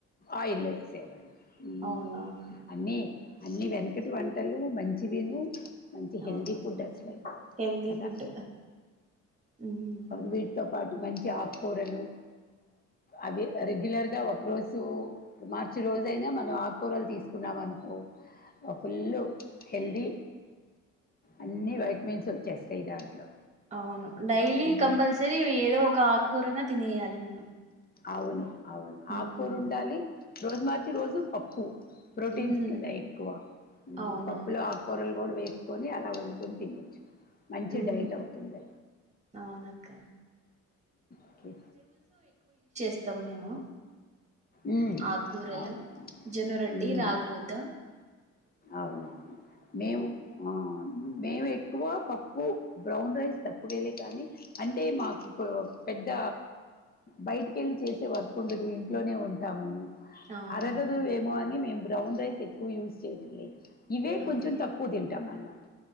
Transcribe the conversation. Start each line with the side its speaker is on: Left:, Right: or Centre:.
Left: ఆయిల్లో వేసేవాళ్ళు ఉమ్.
Right: అవునన
Left: అన్నీ అన్ని వెనకటి వంటలు మంచివిను మంచి హెల్దీ
Right: అవును
Left: ఫుడ్ అసలుయైతే
Right: హెల్దీ
Left: కదా
Right: ఫుడ్ ఉమ్,
Left: వీటితో పాటు మంచి ఆకుకూరలు అవి రెగ్యులర్ గా ఒక రోజు మార్చి రోజు అయినా మనం ఆకుకూరలు తీసుకు కున్నామ అనుకో ఫుల్ హెల్తీ అన్నీ వైటమిన్స్ వచ్చేస్తాయి దాంట్లో
Right: అవును డైలీ
Left: మ్మ్.
Right: కంపల్సరీ ఏదో ఒక ఆకుకూరన తినేయాలి మనం
Left: అవును అవును ఆ
Right: ఉమ్
Left: కూర ఉండాలి రోజు మార్చి రోజు పప్పు ప్రోటీన్స్
Right: హ్మ్
Left: కదా ఎక్కువ
Right: అవునవును
Left: పప్పులు ఆకూరలు కూడా వేసి తీసుకొని అలా వండుకొని తినొచ్చు మంచి
Right: హ్మ్
Left: డైట్ అవుతుంది
Right: అవునక్క
Left: ఓకే
Right: స్తాం మేము
Left: మ్మ్.
Right: ఆకూరలు
Left: అవును అవును
Right: జోన్నురొట్టి
Left: మ్మ్.
Right: రాగుముద్ద
Left: అవునవును నేవు ఆ మేము ఎక్కువ పప్పు బ్రౌన్ రైస్ తక్కువేలే కానీ అంటే మాకు పెద్ద బయటికెళ్ళి చేసే వర్క్ ఉండదు ఇంట్లోనే ఉంటాము
Right: అవునవును
Left: అరగదు ఏమో అని మేం బ్రౌన్ రైస్ ఎక్కువ యూస్ చే దు ఇవే
Right: అవును
Left: కొంచెం తక్కువ తింటాం అనమాట